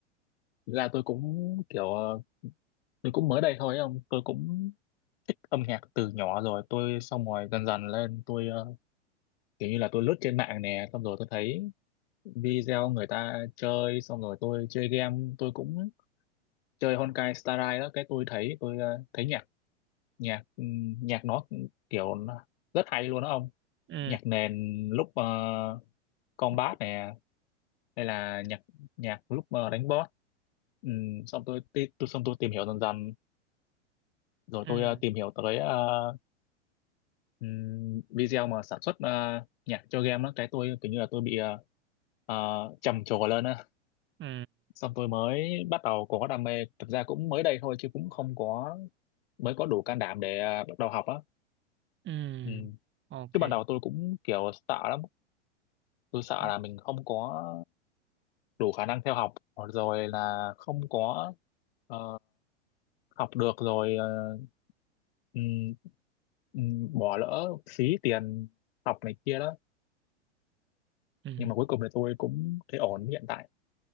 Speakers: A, on the left; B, on the right.
A: Thực ra tôi cũng kiểu ờ, tôi cũng mới đây thôi không tôi cũng thích âm nhạc từ nhỏ rồi tôi xong rồi dần dần lên tôi ờ, kiểu như là tôi lướt trên mạng nè xong rồi tôi thấy video người ta chơi xong rồi tôi chơi game tôi cũng chơi Honkai Star Rail đó cái tôi thấy tôi ờ, thấy nhạc nhạc ừm, nhạc nó kiểu nó rất hay luôn đó ông
B: ừ
A: nhạc nền lúc uh, combat
B: ừ
A: nè hay là nhạc nhạc lúc ờ, đánh boss Ừm, xong tôi, ti- tôi xong tôi tìm hiểu dần dần rồi
B: ừ
A: tôi ờ, tìm hiểu tới ờ, ừm, video mà sản xuất ờ, nhạc cho game đó cái tôi kiểu như là tôi bị ờ, ờ, trầm trồ lên á
B: ừ.
A: xong tôi mới bắt đầu có đam mê thực ra cũng mới đây thôi chứ cũng không có mới có đủ can đảm để ờ, bắt đầu học á
B: ừ
A: ừ.
B: ok
A: chứ ban đầu tôi cũng kiểu sợ lắm tôi sợ
B: ừ
A: là mình không có đủ khả năng theo học hoặc rồi là không có ờ, học được rồi ờ, ừm, ừm, bỏ lỡ phí tiền học này kia đó
B: ừ
A: nhưng mà cuối cùng thì tôi cũng thấy ổn hiện tại